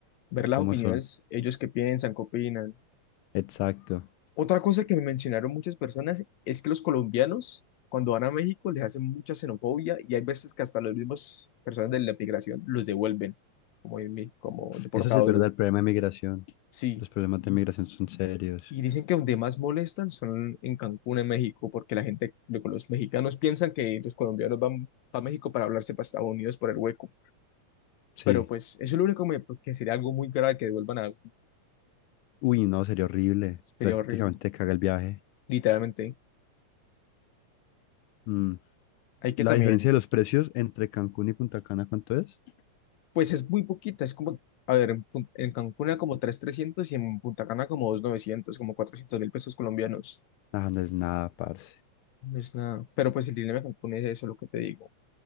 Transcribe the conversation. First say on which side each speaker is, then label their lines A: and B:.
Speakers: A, on the left; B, on the left.
A: ver las
B: cómo
A: opiniones,
B: son.
A: ellos qué piensan, qué opinan.
B: Exacto.
A: Otra cosa que me mencionaron muchas personas es que los colombianos cuando van a México les hacen mucha xenofobia y hay veces que hasta los mismos personas de la migración los devuelven, como, en mí, como deportados.
B: Eso sí es verdad,
A: los-
B: el problema de migración.
A: sí,
B: Los problemas
A: y
B: de migración son serios.
A: Y dicen que donde más molestan son en Cancún, en México, porque la gente, luego los mexicanos piensan que los colombianos van a México para hablarse para Estados Unidos por el hueco.
B: Sí.
A: Pero pues eso es lo único que, me- que sería algo muy grave que devuelvan a...
B: Uy, no, sería horrible. es
A: Sería
B: Prácticamente
A: horrible,
B: caga el viaje.
A: literalmente.
B: Mm.
A: Hay que
B: La
A: también,
B: diferencia de los precios entre Cancún y Punta Cana, ¿cuánto es?
A: pues es muy poquita, es como, a ver, en, Pun- en Cancún era como 3.300 y en Punta Cana como 2.900 como cuatrocientos mil pesos colombianos.
B: Ah, no es nada, parce.
A: No es nada. Pero pues el dilema de Cancún es eso, lo que te digo.